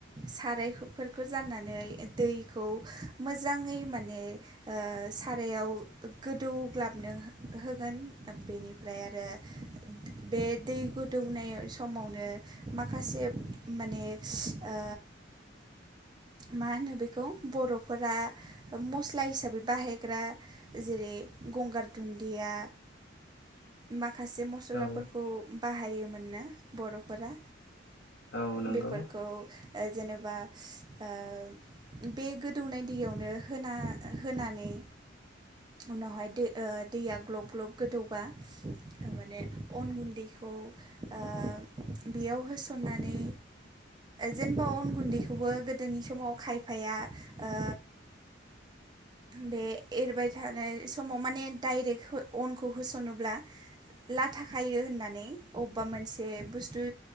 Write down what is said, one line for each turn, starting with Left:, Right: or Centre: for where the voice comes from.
Right: सारायफोरखौ जाननानै दैखौ मोजांङै माने ओ सारायाव गोदौग्लाबनो हो होगोन बेनिफ्राय आरो बे दै गोदौनाय स समावनो माखासे मोने ओ मा होनो बेखौ बर'फोरा मस्ला हिसाबै बाहायग्रा जेरै गंगार दुन्दिया
Left: <inaudible>
Right: माखासे मसलाफोरखौ
Left: औ
Right: बाहायोमोननो बर'फोरा
Left: औ नंगौ
Right: बेफोरखौ जेनेबा ओ बे गोदौनाय दैयावनो होना होनानै उनावहाय दो ओ दैया ग्लब ग्लब गोदौबा माने अन गुन्दैखौ ओ बेयाव होसननानै जेनेबा अन गुन्दैखौबो गोदोनि समाव खायफाया ओ बे एरबाय थानाय समाव माने डाइरेक्ट अनखौ होसनोब्ला लाथाखायो होननानै अबेबा मोनसे बे बुस्थु